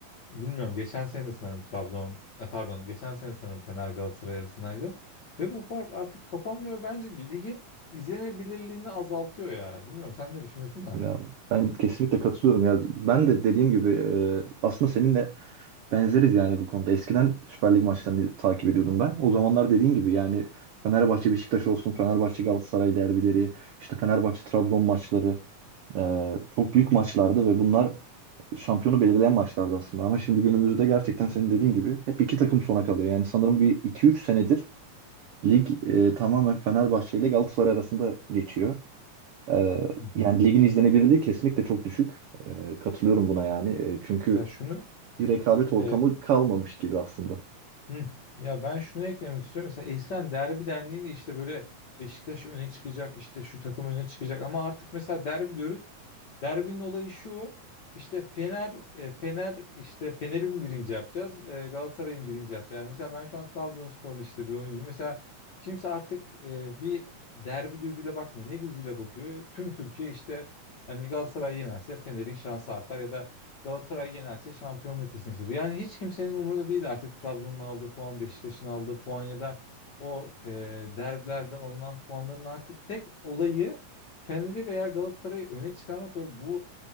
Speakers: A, on the left; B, on the right.
A: bilmiyorum geçen sene de sanırım Trabzon e, pardon geçen sene sanırım Fener Galatasaray arasındaydı. Ve bu fark artık kapanmıyor. Bence ligin izlenebilirliğini azaltıyor ya. Bilmiyorum sen ne düşünüyorsun da.
B: Ya ben kesinlikle katılıyorum ya. Ben de dediğim gibi e, aslında seninle benzeriz yani bu konuda. Eskiden Süper Lig maçlarını takip ediyordum ben. O zamanlar dediğin gibi yani Fenerbahçe Beşiktaş olsun, Fenerbahçe Galatasaray derbileri, işte Fenerbahçe Trabzon maçları. Ee, çok büyük maçlardı ve bunlar şampiyonu belirleyen maçlardı aslında. Ama şimdi günümüzde gerçekten senin dediğin gibi hep iki takım sona kalıyor. Yani sanırım bir iki üç senedir lig e, tamamen Fenerbahçe ile Galatasaray arasında geçiyor. Ee,
A: Hı hı.
B: yani ligin izlenebilirliği kesinlikle çok düşük. Ee, katılıyorum buna yani. Ee, çünkü
A: Ya şunu
B: bir rekabet ortamı
A: e,
B: kalmamış gibi aslında.
A: hı, ya ben şunu eklemek istiyorum. Mesela eskiden derbi dendiğinde işte böyle Beşiktaş öne çıkacak, işte şu takım öne çıkacak ama artık mesela derbi diyoruz. Derbinin olayı şu. İşte Fener, e, Fener işte Fener'i mi birinci yapacağız, e, Galatasaray'ı mı birinci yapacağız? Yani mesela ben şu an Trabzonsporlu işte bir oyuncu. Mesela kimse artık e, bir derbi gözüyle bakmıyor. Ne gözüyle bakıyor? Tüm Türkiye işte hani Galatasaray yenerse Fener'in şansı artar ya da Galatasaray yenerse şampiyonluk kesinleşir. Yani hiç kimsenin umurunda değil artık Trabzon'un aldığı puan, Beşiktaş'ın aldığı puan ya da o e, derbilerde alınan puanların artık tek olayı Fener'i veya Galatasaray'ı öne çıkarmak ve bu